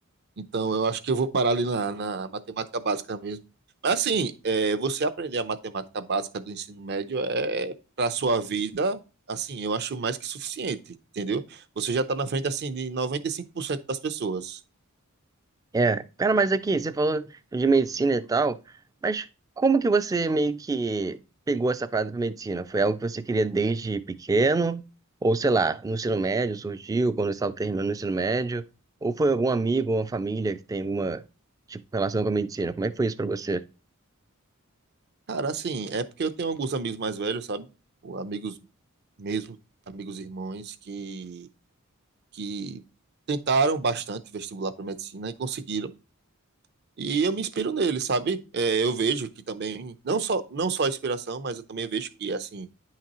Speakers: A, on the right (about 50°); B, on the right (about 15°).
A: Então, eu acho que eu vou parar ali na, na matemática básica mesmo. Mas, assim, é, você aprender a matemática básica do ensino médio é para sua vida, assim, eu acho mais que suficiente, entendeu? Você já está na frente, assim, de noventa e cinco por cento das pessoas.
B: É, cara, mas aqui, você falou de medicina e tal, mas como que você meio que pegou essa parada pra medicina? Foi algo que você queria desde pequeno? Ou sei lá, no ensino médio surgiu, quando você estava terminando o ensino médio? Ou foi algum amigo, uma família que tem alguma, tipo, relação com a medicina? Como é que foi isso pra você?
A: Cara, assim, é porque eu tenho alguns amigos mais velhos, sabe? Ou Amigos mesmo, amigos irmãos, que, que tentaram bastante vestibular para medicina e conseguiram. E eu me inspiro nele, sabe? É, eu vejo que também, não só, não só a inspiração, mas eu também vejo que, assim,